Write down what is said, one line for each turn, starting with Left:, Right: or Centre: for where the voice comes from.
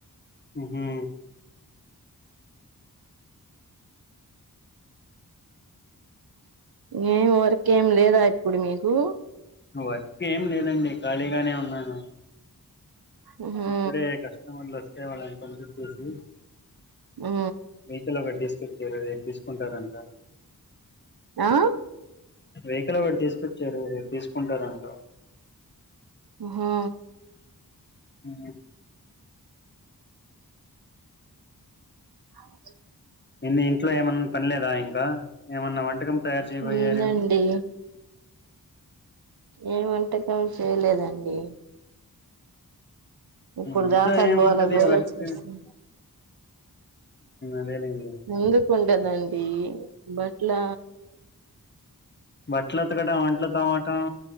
Left: ఉహు
Right: ఏం వర్క్ ఏమి లేదా ఇప్పుడు మీకు
Left: వర్క్ ఏం లేదండి ఖాళీగానే ఉన్నాను
Right: ఉహు
Left: ఇప్పుడే కస్టమర్లు వస్తే వాళ్ళని పంపిచ్చేసి
Right: ఉ
Left: మీకెల వాడు తీసుకొచ్చారు అది తీసుకుంటారంట
Right: ఆ
Left: వెహికల్ వాడి తీసుకొచ్చారు ఎవరొ తీసుకుంటారంట
Right: హా
Left: ఉ
Right: అవు
Left: ఎన్ని ఇంట్లో ఏమన్న పని లేదా ఇంకా ఏమన్న వంటకం తయారు చేయబోయారు
Right: ఉందండి ఏం వంట ఏం చేయలేదండి ఇప్పుడు
Left: ఇంట్లో
Right: దాకా
Left: ఏముంటది
Right: గోల గోల
Left: వర్క్
Right: చేసి
Left: అదేలేండి
Right: ఎందుకు ఉండదండి బట్లా
Left: బట్లు ఉతకడం అంట్లు తోమడం